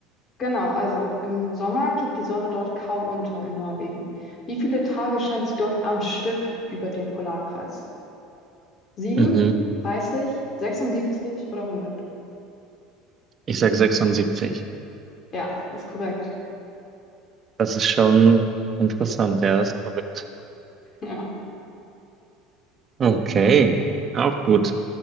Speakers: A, on the left; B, on the right.
A: Genau, also im Sommer geht die Sonne dort kaum unter in Norwegen. Wie viele Tage scheint sie dort am Stück über dem Polarkreis? 7,
B: Mhm.
A: 30, 76 oder 100?
B: Ich sag 76.
A: Ja, das ist korrekt.
B: Das ist schon interessant, ja, das ist verrückt.
A: Ja.
B: Okay, auch gut.